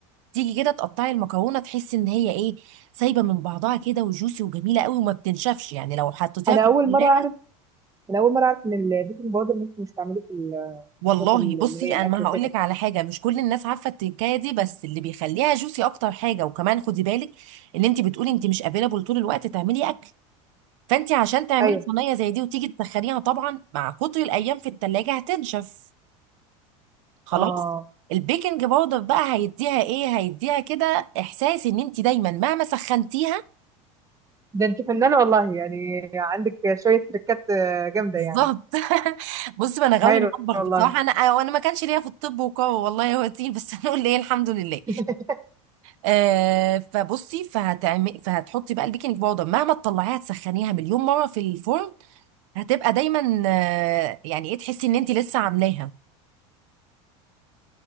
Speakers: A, on the right; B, on the right.
A: تيجي كده تقطعي المكرونه تحسي ان هي ايه سايبه من بعضها كده وجوسي وجميله قوي وما بتنشفش يعني لو حطيتيها
B: انا
A: في
B: اول
A: الثلاجه
B: مره اعرف انا اول مره اعرف ان البيكنج باودر ممكن يستعملوه في
A: والله
B: الصوصات اللي
A: بصي
B: هي الاكل
A: انا ما
B: وكده
A: هقول لك على حاجه مش كل الناس عارفه التكايه دي بس اللي بيخليها جوسي اكتر حاجه وكمان خدي بالك ان انت بتقولي انت مش قابله طول الوقت تعملي اكل فانت عشان تعملي
B: ايوه
A: صينيه زي دي وتيجي تسخنيها طبعا مع كتر الايام في الثلاجه هتنشف خلاص
B: اه
A: البيكنج باودر بقى هيديها ايه هيديها كده احساس ان انت دايما مهما سخنتيها
B: ده انت فنانه والله يعني عندك شويه تركات آه، جامده
A: بالظبط
B: يعني
A: <laughs> بص ما انا غاويه
B: هايله
A: المطبخ
B: والله
A: بصراحه انا آه، وانا ما كانش ليا في الطب وكو والله هو تين بس <laughs> هنقول ايه الحمد لله
B: <laughs>
A: آه فبصي فهتعمل فهتحطي بقى البيكنج باودر مهما تطلعيها تسخنيها مليون مره في الفرن هتبقى دايما آه يعني ايه تحسي ان انت لسه عاملاها